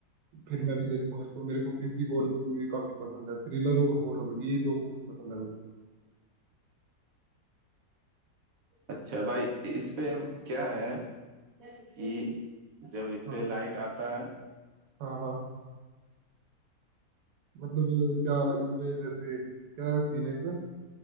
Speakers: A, on the right; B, on the right.
A: फिर मैं भी देखूँ इसको मेरे को क्योंकि हॉरर मूवी काफी पसंद है थ्रिलर और हॉरर यही दो मूवी पसंद है मेरे को
B: अच्छा भाई इस पे क्या है कि जब इस
A: हाँ
B: पे लाइट आता है
A: हाँ हाँ मतलब क्या इसमें जैसे क्या सीन है इसमें